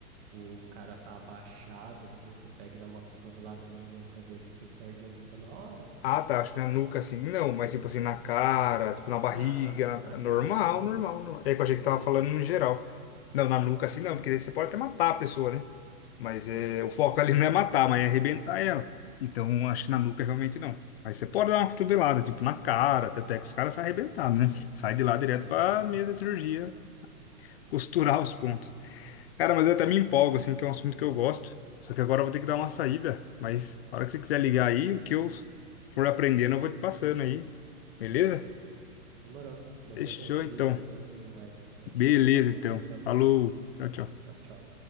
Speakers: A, on the right (about 45°); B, on the left (about 45°).
A: o cara tá abaixado, assim, você pega e dá uma cotovelada na nuca dele, você perde a luta na hora.
B: Ah, tá, acho que na nuca, assim, não, mas tipo assim, na cara, tipo na barriga,
A: Ah, na, ca- na
B: na- é
A: cara
B: normal,
A: pode.
B: normal, normal. É
A: Sim,
B: que eu achei que tava
A: sim,
B: falando no geral. Não, na nuca, assim, não, porque daí você pode até matar a pessoa, né? Mas
A: sim,
B: é, o foco ali <laughs> não é matar, mas é arrebentar ela. Então, acho que na nuca realmente não. Mas você pode dar uma cotovelada, tipo, na cara, até que os caras saem arrebentados, né? Sai de lá direto
A: sim,
B: pra
A: sim.
B: mesa de cirurgia, costurar
A: É,
B: os pontos. Cara, mas
A: com
B: eu até
A: certeza.
B: me empolgo, assim, que é um assunto que eu gosto. Só que agora eu vou ter que dar uma saída. Mas na hora que você quiser ligar aí, o que eu for aprendendo, eu vou te passando aí. Beleza?
A: Fechou. Demorou. Depois
B: Fechou,
A: eu te
B: então.
A: ligo aí pra saber mais, então.
B: Beleza,
A: Falou,
B: então.
A: tamo
B: Falou.
A: junto.
B: Tchau, tchau.
A: Tchau, tchau.